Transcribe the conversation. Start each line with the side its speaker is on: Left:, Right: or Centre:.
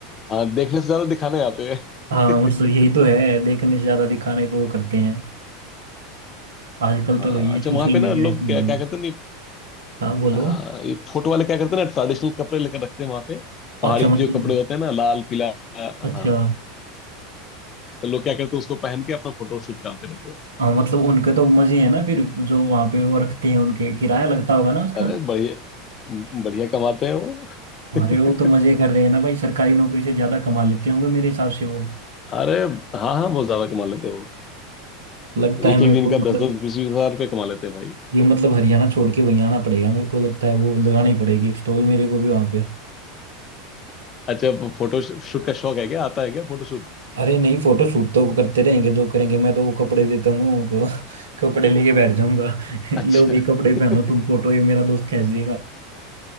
Left: हाँ देखने से ज्यादा दिखाने आते हैं
Right: हाँ मतलब यही
Left: <laughs>
Right: तो है देखने से ज्यादा दिखाने पे वो करते हैं आजकल
Left: हाँ
Right: तो वही
Left: अच्छा
Right: सोशल
Left: वहां पे ना
Right: मीडिया
Left: लोग
Right: इसमें
Left: क्या
Right: भी
Left: क्या करते हैं
Right: हाँ बोलो
Left: हाँ ये फोटो वाले क्या करते हैं ना ट्रेडिशनल कपड़े लेकर रखते हैं वहां पे पहाड़ी
Right: अच्छा मतलब
Left: जो कपड़े होते हैं ना लाल पीला हाँ
Right: अच्छा
Left: तो लोग क्या करते हैं उसको पहन के अपना फोटो शूट करते रहते हैं
Right: हाँ मतलब उनके तो मजे हैं ना फिर जो वहाँ पे वो रखते हैं उनके किराया लगता होगा ना उसका
Left: अरे बढ़िया बढ़िया कमाते हैं वो <laughs> अरे
Right: अरे वो तो मजे कर रहे हैं ना भाई सरकारी नौकरी से ज्यादा कमा लेते होंगे मेरे हिसाब से वो
Left: हाँ हाँ बहुत ज्यादा कमा लेते हैं वो
Right: लगता है
Left: एक एक
Right: मेरे
Left: दिन
Right: को
Left: का
Right: मतलब
Left: दस दस बीस बीस हजार रुपये कमा लेते हैं भाई
Right: ये मतलब हरियाणा छोड़ के वहीं आना पड़ेगा मेरे को लगता है वो लगानी पड़ेगी एक स्टॉल मेरे को भी वहाँ पे
Left: अच्छा अब फोटो शूट का शौक है क्या आता है क्या फोटो शूट
Right: अरे नहीं फोटो शूट तो करते रहेंगे जो करेंगे मैं तो वो कपड़े देता हूँ उनको <laughs> कपड़े लेके बैठ जाऊंगा <laughs>
Left: अच्छा
Right: लो भाई कपड़े
Left: <laughs>
Right: पहनो तुम फोटो ये मेरा दोस्त खींच देगा